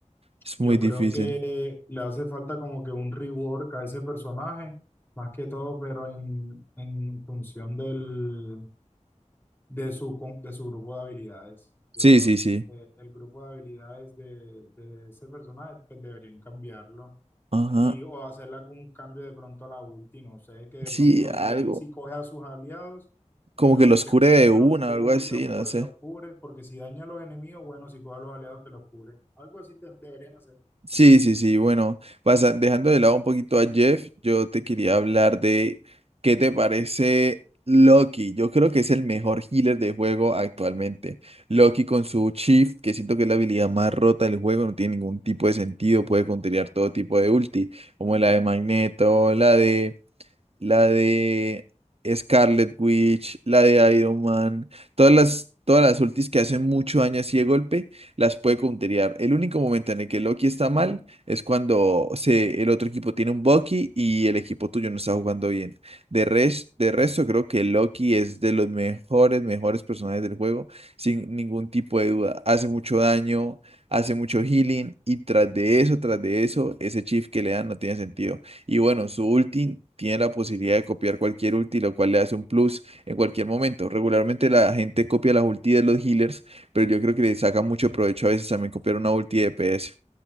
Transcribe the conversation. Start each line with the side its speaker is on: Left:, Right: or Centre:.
Right: Es
Left: yo
Right: muy difícil.
Left: creo que le hace falta como que un rework a ese personaje, más que todo, pero en, en función del de su, con- de su grupo de habilidades.
Right: Sí,
Left: Yo creo
Right: sí, sí.
Left: que el grupo de habilidades de, de ese personaje pues deberían cambiarlo
Right: Ajá.
Left: y o hacerle algún cambio de pronto a la ulti, no sé, que de
Right: Sí,
Left: pronto si
Right: algo.
Left: él sí coge a sus aliados,
Right: Como
Left: los,
Right: que los
Left: cle-
Right: cure de
Left: los,
Right: una
Left: cu-
Right: o algo así,
Left: los, cubre,
Right: no sé.
Left: los cubre, porque si daña a los enemigos, bueno, si coge a los aliados que los cubren. Algo así de- deberían hacer.
Right: Sí, sí, sí. Bueno, pasa- dejando de lado un poquito a Jeff, yo te quería hablar de qué te parece Loki. Yo creo que es el mejor healer del juego actualmente. Loki con su Shift, que siento que es la habilidad más rota del juego, no tiene ningún tipo de sentido, puede counterear todo tipo de ulti, como la de Magneto, la de la de Scarlet Witch, la de Iron Man, todas las, todas las ultis que hacen mucho daño así de golpe, las puede counterear. El único momento en el que Loki está mal es cuando se, el otro equipo tiene un Bucky y el equipo tuyo no está jugando bien. De, res- de resto, creo que Loki es de los mejores, mejores personajes del juego, sin ningún tipo de duda. Hace mucho daño, hace mucho healing y tras de eso, tras de eso, ese chief que le dan no tiene sentido. Y bueno, su ulti tiene la posibilidad de copiar cualquier ulti, lo cual le hace un plus en cualquier momento. Regularmente la gente copia las ulti de los healers, pero yo creo que le saca mucho provecho a veces también copiar una ulti de PS.